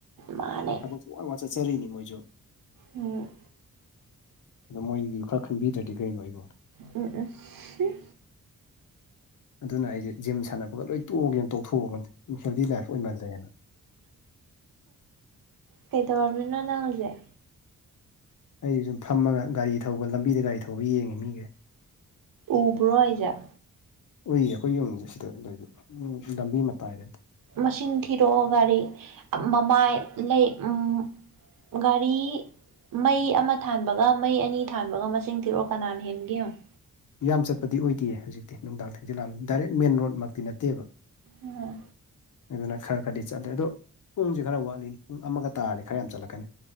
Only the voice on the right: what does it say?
ꯃꯥꯅꯦ꯫
ꯎꯝ
ꯎꯝ ꯎꯝ ꯍꯨꯝ
ꯀꯩꯗꯔꯃꯤꯅꯣ ꯅꯪ ꯍꯖꯤꯛ
ꯎꯕ꯭ꯔꯣ ꯍꯥꯏꯖꯥꯛ
ꯃꯁꯤꯡ ꯊꯤꯔꯛꯑꯣ ꯒꯥꯔꯤ ꯃꯃꯥꯏ ꯂꯩ ꯎꯝ ꯒꯥꯔꯤ ꯃꯩ ꯑꯃ ꯊꯥꯟꯕꯒ ꯃꯩ ꯑꯅꯤ ꯊꯥꯟꯕꯒ ꯃꯁꯤꯡ ꯊꯤꯔꯛꯑꯣ ꯀꯅꯥꯅ ꯍꯦꯟꯒꯦ ꯌꯦꯡꯉꯣ
ꯎꯝ